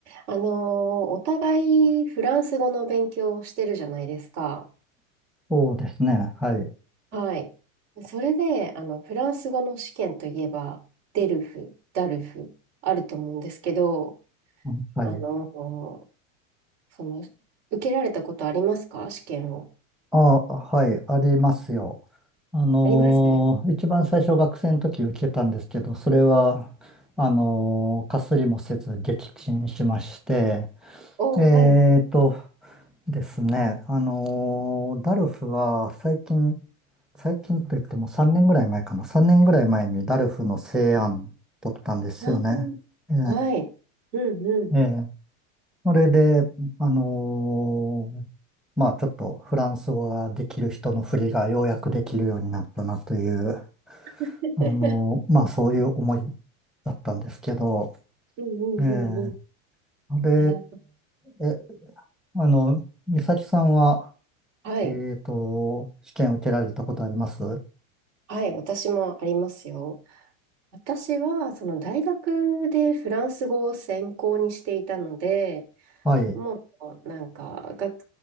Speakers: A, on the right; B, in the centre.
A: あのー、お互いフランス語の勉強をしてるじゃないですか。
B: そうですね。はい。
A: はい。それで、あの、フランス語の試験といえば、デルフ、ダルフ、あると思うんですけど、
B: うんはい。
A: あのー、その、受けられたことありますか試験を。
B: あ、はい。ありますよ。あのー一番最初学生の時受けたんですけど、
A: ありますうん
B: それは、あのーかすりもせず撃沈しまして、
A: おー、
B: えーと
A: はい。
B: ですね、あのーダルフは最近、最近といっても3年ぐらい前かな。3年ぐらい前にダルフの成案取ったんですよね。
A: あーはい。
B: え
A: うんうん。
B: えええそれで、あのーまあちょっとフランス語ができる人の振りがようやくできるようになったなという、
A: <laughs>
B: あのーまあそういう思いだったんですけど、
A: うんうんうんうんうん。
B: ええあれ、
A: あー
B: え、あの、美咲さんは、
A: はい。
B: えっと、試験受けられたことあります
A: はい。私もありますよ。私は、その大学でフランス語を専攻にしていたので、
B: はい。え
A: もう、なんか、学、